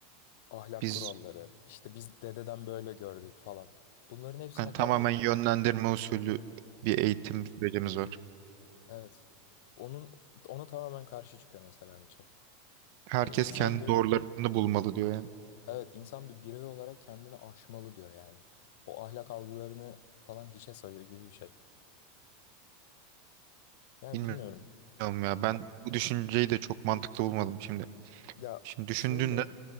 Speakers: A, on the left; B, on the right.
A: ahlak
B: Biz
A: kuralları, işte biz dededen böyle gördük falan. Bunların hepsine
B: yani
A: karşı
B: tamamen
A: çık.
B: yönlendirme usulü bir eğitim sürecimiz var.
A: Evet. Onun ona tamamen karşı çıkıyor mesela Nietzsche.
B: Herkes
A: Hani insan
B: kendi
A: diyor,
B: doğrularını bulmalı diyor yani.
A: evet insan bir birey olarak kendini aşmalı diyor yani. O ahlak algılarını falan hiçe sayıyor gibi bir şey. Yani
B: Bilmiyorum
A: bilmiyorum.
B: ya ben bu düşünceyi de çok mantıklı bulmadım şimdi.
A: Ya
B: Şimdi düşündüğünde
A: şöyle,